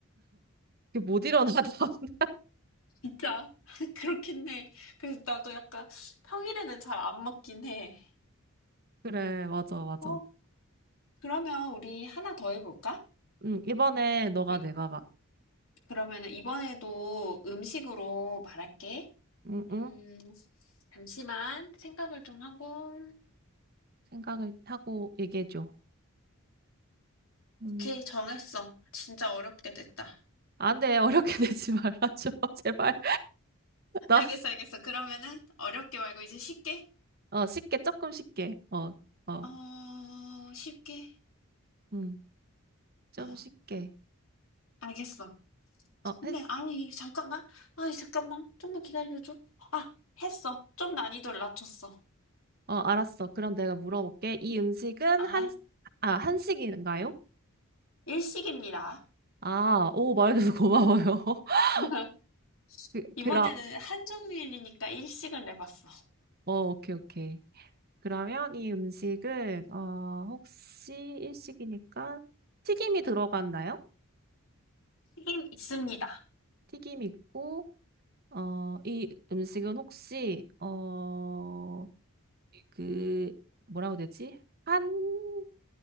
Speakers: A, on the right; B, on the left.
A: 그게 못 일어나. <laughs>
B: 진짜. <laughs> 그렇긴 해. 그래서 나도 약간 평일에는 잘 안 먹긴 해.
A: 그래, 맞아, 맞아.
B: 어, 그러면 우리 하나 더 해볼까?
A: 응, 이번에 너가
B: 그,
A: 내봐봐.
B: 그러면은 이번에도 음식으로 말할게.
A: 응,
B: 음,
A: 응.
B: 잠시만 생각을 좀 하고.
A: 생각을 하고 얘기해줘.
B: 오케이,
A: 음.
B: 정했어. 진짜 어렵게 됐다.
A: 안 돼, 어렵게 <laughs> 내지 말아줘, <laughs> 제발. 나
B: 알겠어, 알겠어. 그러면은 어렵게 말고 이제 쉽게?
A: 어, 쉽게, 조금 쉽게. 어, 어,
B: 어, 쉽게?
A: 음, 좀
B: 어,
A: 쉽게.
B: 알겠어.
A: 어,
B: 근데
A: 했,
B: 아니 잠깐만 아니 잠깐만 좀만 기다려줘 아 했어 좀 난이도를 낮췄어
A: 어, 알았어. 그럼 내가 물어볼게. 이 음식은
B: 아
A: 한, 아, 한식인가요?
B: 일식입니다
A: 아, 오, 말해줘서 고마워요. <laughs>
B: <laughs>
A: 그,
B: 이번에는
A: 그라,
B: 한정일이니까 일식을 내봤어
A: 어, 오케이, 오케이. 그러면 이 음식은, 어, 혹시 일식이니까 튀김이 들어갔나요?
B: 튀김 있습니다
A: 튀김 있고, 어, 이 음식은 혹시, 어, 그, 뭐라고 되지? 한